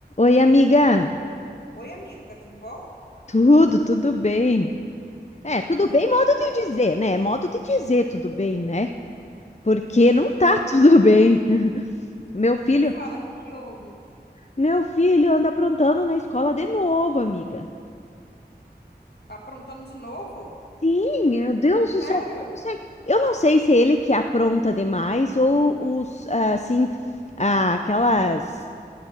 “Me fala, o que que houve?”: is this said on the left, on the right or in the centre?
Left